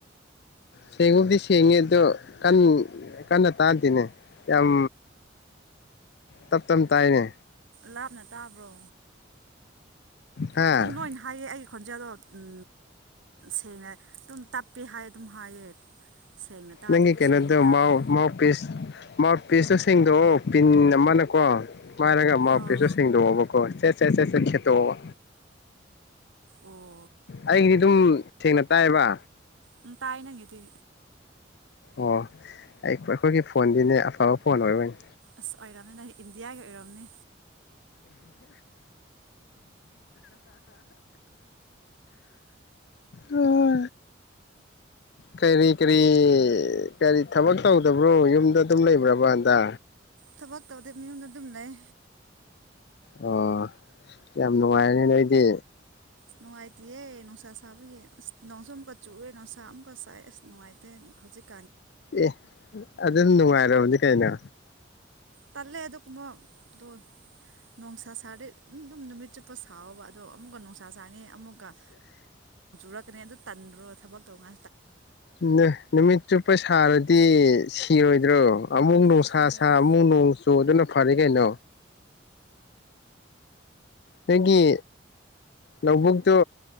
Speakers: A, on the left (about 55°); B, on the right (about 80°).
A: ꯁꯦꯡꯉꯕꯨꯗꯤ ꯁꯦꯡꯉꯤ ꯑꯗꯣ ꯀ ꯀꯟꯅ ꯇꯥꯗꯦꯅꯦ ꯌꯥꯝ ꯇꯞ ꯇꯞ ꯇꯥꯏꯅꯦ
B: ꯂꯥꯞꯅ ꯇꯥꯕ꯭ꯔꯣ
A: ꯍꯥ
B: ꯑꯗꯨꯝ ꯂꯣꯏꯅ ꯍꯥꯏꯌꯦꯦ ꯑꯩ ꯈꯣꯟꯖꯥꯗ ꯎꯝ ꯁꯦꯡꯅ ꯑꯗꯨꯝ ꯇꯞꯄꯤ ꯍꯥꯏ ꯑꯗꯨꯝ ꯍꯥꯏꯌꯦ ꯁꯦꯡꯅ
A: ꯅꯪ ꯀꯩꯅꯗꯨꯣ
B: ꯁꯦꯡꯗꯤ ꯇꯥꯕ꯭ꯔꯥ
A: ꯃꯥꯎ ꯃꯥꯎ ꯄꯤꯁ ꯃꯥ ꯄꯤꯁꯇꯣ ꯁꯦꯡꯗꯣꯛꯑꯣ ꯄꯤꯟ ꯑꯃꯅꯀꯣ ꯃꯥꯔꯒ ꯃꯥ
B: ꯑꯣ
A: ꯄꯦꯁꯨ ꯁꯦꯡꯗꯣꯛꯑꯣꯕꯀꯣꯦ ꯁꯠ ꯁꯠ ꯁꯠ ꯈꯦꯠꯇꯣꯛꯕ
B: ꯑꯣ
A: ꯑꯩꯒꯤꯗꯤ ꯑꯗꯨꯝ ꯁꯦꯡꯅ ꯇꯥꯏꯕ
B: ꯎꯝ ꯇꯥꯏ ꯅꯪꯒꯦꯗꯤ
A: ꯑꯣ ꯑꯩ ꯑꯩꯈꯣꯏꯒꯤ ꯐꯣꯟꯗꯤꯅꯦ ꯑꯐꯕ ꯐꯣꯟ ꯑꯣꯏꯔꯣꯏꯅꯤ
B: ꯑꯁ ꯑꯣꯏꯔꯝꯅ ꯏꯟꯗꯤꯌꯥꯒꯤ ꯑꯣꯏꯔꯝꯅꯤ
A: ꯑꯣ ꯀꯔꯤ ꯀꯔꯤ ꯀꯔꯤ ꯊꯕꯛ ꯇꯧꯗꯕ꯭ꯔꯣ ꯌꯨꯝꯗ ꯑꯗꯨꯝ ꯂꯩꯕ꯭ꯔꯕ ꯍꯟꯇꯥ
B: ꯊꯕꯛ ꯇꯧꯗꯦ ꯃꯨꯝꯗ ꯑꯗꯨꯝ ꯂꯩ
A: ꯑꯣ ꯌꯥꯝ ꯅꯨꯡꯉꯥꯏꯔꯅꯤ ꯅꯣꯏꯗꯤ
B: ꯑ ꯅꯨꯡꯉꯥꯏꯇꯦꯌꯦꯦ ꯅꯨꯡꯁꯥ ꯁꯥꯕꯦ ꯅꯣꯡꯁꯨꯥ ꯑꯃꯨꯛꯀ ꯆꯨꯑꯦ ꯅꯨꯡꯁꯥ ꯑꯃꯨꯛꯀ ꯁꯥꯏꯦ ꯑꯁ ꯅꯨꯡꯉꯥꯏꯇꯦ ꯍꯧꯖꯤꯛ
A: ꯑꯦ ꯑꯗꯨꯝ ꯅꯨꯡꯉꯥꯏꯔꯕꯅꯤ ꯀꯩꯅꯣ
B: ꯇꯜꯂꯦ ꯑꯗꯨꯒꯨꯝꯕ ꯑ ꯅꯨꯡꯁꯥ ꯁꯥꯔꯦ ꯑꯗꯨꯝ ꯅꯨꯃꯤꯠ ꯆꯨꯞꯄ ꯁꯥꯥꯎꯕ ꯑꯗꯣ ꯑꯃꯨꯛꯀ ꯅꯨꯡꯁꯥ ꯁꯥ ꯑꯃꯨꯛꯣꯡ ꯆ ꯀꯩꯅ ꯑꯗꯨ ꯇꯟꯗ꯭ꯔꯣ ꯊꯕꯛ ꯇꯧꯉ
A: ꯎ ꯅꯨꯃꯤꯠꯇ ꯄꯩꯁ ꯁꯥꯔꯗꯤ ꯁꯤꯔꯣꯏꯗ꯭ꯔꯣ ꯑꯃꯨꯡꯗꯣꯡ
B: ꯁꯤꯔꯗꯤ
A: ꯁ ꯁꯃꯨꯡꯗꯣ ꯇ ꯑꯗꯨꯅ ꯐꯔꯦ ꯀꯩꯅꯣ ꯅꯣꯏꯒꯤ ꯂꯧꯕꯨꯛꯇꯣ